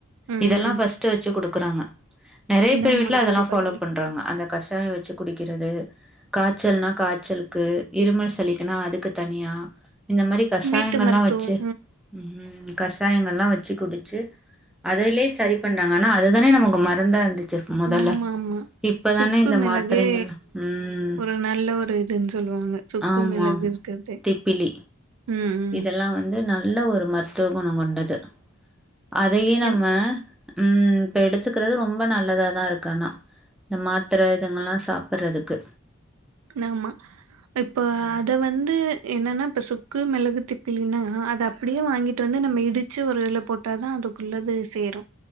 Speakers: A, on the right; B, in the centre.
A: ம்
B: இதெல்லா ஃபஸ்ட்டு வச்சு குடுக்குறாங்க நெறய பேர்
A: ஆமா
B: வீட்டுல அதெல்லா
A: கண்டிப்பா
B: ஃபாலோ
A: கண்டிப்பா
B: பண்றாங்க அந்த கஷாய வச்சு குடிக்குறது காய்ச்சல்னா காய்ச்சலுக்கு இருமல் சலிக்கனா அதுக்கு தனியா இந்த மாரி கஷாயங்கள்ல்லா
A: வீட்டு மருத்துவம்
B: வச்சு ம் ம் கஷாயங்கள்ல்லா வச்சு குடிச்சு அதுலயே சரி பண்றாங்க ஆனா அதுதானே நமக்கு மருந்தா இருந்துச்சு மொதல்ல
A: ஆமா ஆமா
B: இப்பதானே
A: சுக்கு
B: இந்த
A: மிளகே
B: மாத்திரைங்கள்லா ம்
A: ஒரு நல்ல ஒரு இதுன்னு சொல்லுவாங்க சுக்கு
B: ஆமாம்
A: மிளகு இருக்கிறதே
B: திப்பிலி
A: ம் ம்
B: இதெல்ல வந் வந்து நல்ல மருத்துவ குணம் கொண்டது அதையே நம்ம
A: என்
B: ம் இப்ப எடுத் த்துகிறது ரொம்ப நல்லதா தா இருக்கு ஆனா இந்த மாத்திர இதுங்கலா சாப்ட்றதுக்கு
A: ஆமா இப்போ
B: ம்
A: அத வந்து என்னன்னா இப்ப சுக்கு மெளகு திப்பிலின்னா அத அப்டியே வாங்கிட்டு வந்து நம்ம இடிச் வச்சு ஒரு இதுல போட்டா தா அதுக்குள்ளது சேரு